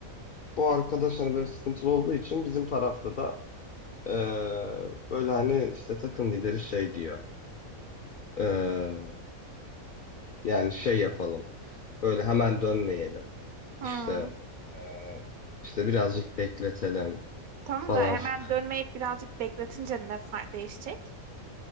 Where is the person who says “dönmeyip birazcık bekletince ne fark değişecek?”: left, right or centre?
Right